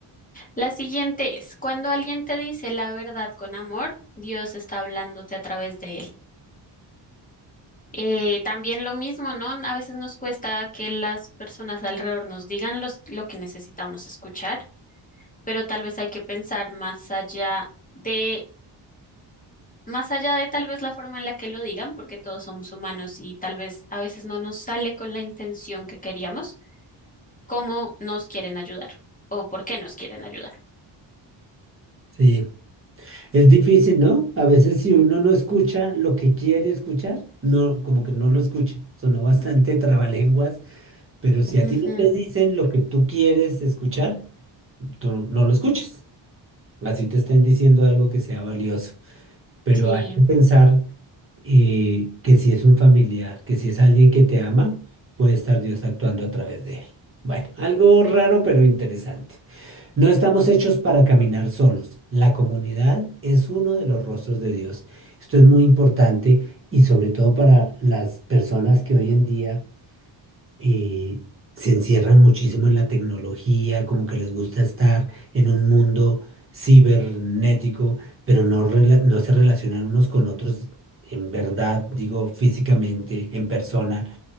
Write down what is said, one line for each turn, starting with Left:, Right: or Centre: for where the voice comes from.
Left: La siguiente es, cuando alguien te dice la verdad con amor, Dios está hablándote a través de él. Eh, también lo mismo, ¿no? A veces nos cuesta que las personas alrededor nos digan los- lo que necesitamos escuchar. pero tal vez hay que pensar más allá de, más allá de tal vez la forma en la que lo digan, porque todos somos humanos y tal vez a veces no nos sale con la intención que queríamos, cómo nos quieren ayudar o por qué nos quieren ayudar.
Right: Sí, es difícil, ¿no? A veces si uno no escucha lo que quiere escuchar, no, como que no lo escucha. Sonó bastante <laughs> trabalenguas Pero si a
Left: Ujú,
Right: ti no te dicen lo que tú quieres escuchar, tú no lo escuchas. Así te están diciendo algo que sea valioso. Pero
Left: sí.
Right: hay que pensar eh, que si es un familiar, que si es alguien que te ama, puede estar Dios actuando a través de él. Bueno, algo raro pero interesante. No estamos hechos para caminar solos. La comunidad es uno de los rostros de Dios. Esto es muy importante y sobre todo para las personas que hoy en día eh, se encierran muchísimo en la tecnología, como que les gusta estar en un mundo cibernético, pero no, rela- no se relacionan unos con otros en verdad, digo, físicamente, en persona,